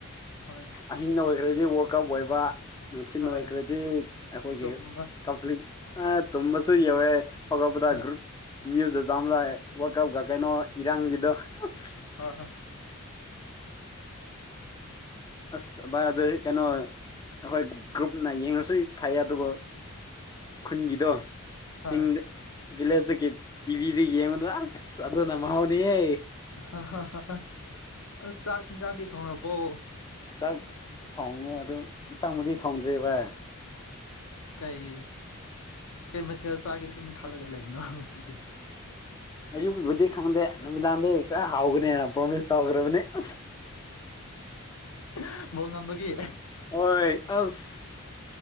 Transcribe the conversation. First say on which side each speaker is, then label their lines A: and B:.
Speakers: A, on the left; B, on the left.
A: ꯍꯣꯏ
B: ꯑꯍꯤꯡ ꯑꯣꯏꯈ꯭ꯔꯗꯤ ꯋꯥꯔꯜ ꯀꯞ ꯑꯣꯏꯕ ꯅꯨꯡꯊꯤꯟ
A: ꯍꯣꯏ
B: ꯑꯣꯢꯈ꯭ꯔꯗꯤ ꯑꯩꯈꯣꯏꯒꯤ
A: ꯇꯨꯝꯕ
B: ꯀꯐ꯭ꯂꯤꯛ ꯑꯥ ꯇꯨꯝꯕꯁꯨ ꯌꯧꯋꯦ ꯍꯧꯒꯄꯗ
A: ꯑ
B: ꯒ꯭ꯔꯨꯞ ꯅ꯭ꯌꯨꯁꯇ ꯆꯥꯝꯃꯗꯥ ꯋꯥꯔꯜ ꯀꯞꯒ ꯀꯩꯅꯣ ꯏꯔꯥꯡꯒꯤꯗꯣ ꯑꯁ
A: ꯑꯍꯥ
B: ꯑꯁ ꯚꯥꯢ ꯑꯗꯨꯢ ꯀꯩꯅꯣ ꯑꯈꯣꯏ ꯒ꯭ꯔꯨꯞꯅ ꯌꯦꯡꯉꯁꯨ ꯐꯩ ꯑꯗꯨꯕꯨ ꯈꯨꯟꯒꯤꯗꯣ
A: ꯍꯣꯏ
B: ꯆꯤꯡꯗ ꯚꯤꯂꯦꯖꯇ ꯇꯤꯚꯤꯗꯨ ꯌꯦꯡꯕꯗꯨ ꯑꯁ ꯑꯗꯨꯅ ꯃꯍꯥꯎꯅꯤꯍꯦ
A: <unintelligible> ꯑꯗꯨ ꯆꯥꯛ ꯍꯤꯟꯖꯥꯡꯗꯤ ꯊꯣꯡꯔꯕꯣ
B: ꯆꯥꯛ ꯊꯣꯡꯉꯦ ꯑꯗꯨ ꯌꯦꯟꯁꯥꯡꯕꯨꯗꯤ ꯊꯣꯡꯗ꯭ꯔꯤ ꯚꯥꯏ
A: ꯀꯩ ꯀꯩ ꯃꯊꯦꯜ ꯆꯥꯒꯦ ꯑꯗꯨꯝ ꯈꯜꯂꯒ ꯂꯩꯕꯅꯣ ꯅꯡꯁꯦ ꯁꯤꯗꯤ
B: ꯑꯌꯨꯛꯀꯤꯕꯨꯗꯤ ꯈꯪꯗꯦ ꯅꯨꯃꯤꯗꯥꯡꯗꯒꯤ ꯈꯔ ꯍꯥꯎꯒꯅꯤꯅ ꯄ꯭ꯔꯣꯃꯤꯁ ꯇꯧꯈ꯭ꯔꯕꯅꯦ ꯑꯁ
A: <unintelligible> ꯕꯣꯜ ꯉꯝꯕꯒꯤ
B: ꯑꯣꯏ ꯑꯁ